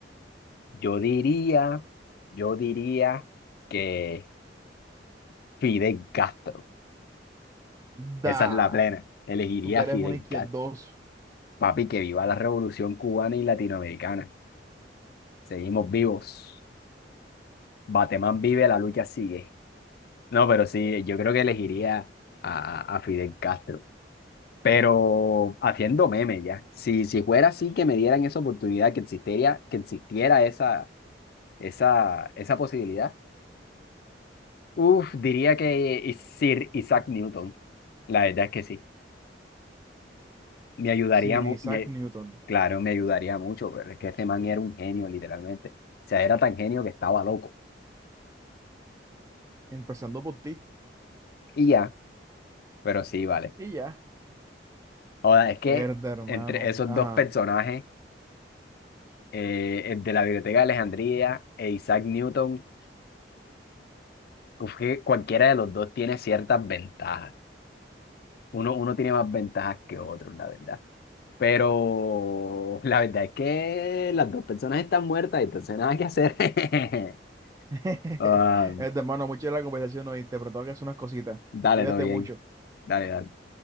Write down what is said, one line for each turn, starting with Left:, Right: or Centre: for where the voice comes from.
Left: Yo diría, yo diría que. Fidel Castro.
Right: Da.
Left: Esa es la plena. Elegiría
Right: Tú que
Left: a
Right: eres
Left: Fidel
Right: un izquierdoso.
Left: Castro. Papi, que viva la revolución cubana y latinoamericana. Seguimos vivos. Batemán vive, la lucha sigue. No, pero sí, yo creo que elegiría a, a Fidel Castro. Pero haciendo memes ya. Si, si fuera así que me dieran esa oportunidad, que existiera, que existiera esa, esa, esa posibilidad, uf, diría que Sir Isaac Newton. La verdad es que sí. me ayudaría,
Right: Sir
Left: mu-
Right: Isaac
Left: me-
Right: Newton.
Left: claro, me ayudaría mucho, pero es que ese man era un genio, literalmente. O sea, era tan genio que estaba loco.
Right: Empezando por ti.
Left: Y ya, pero sí, vale.
Right: Y ya.
Left: Ahora, es que
Right: Herda, hermano.
Left: entre esos
Right: Ajá.
Left: dos personajes, eh, el de la Biblioteca de Alejandría e Isaac Newton, uf, que cualquiera de los dos tiene ciertas ventajas. Uno, uno tiene más ventajas que otro, la verdad. Pero la verdad es que las dos personas están muertas, entonces nada que hacer. <laughs>
Right: <laughs> Este,
Left: Ah,
Right: hermano, mucha la conversación, oíste, pero tengo que hacer unas cositas.
Left: dale,
Right: Cuídate
Left: todo bien.
Right: mucho.
Left: Dale, dale.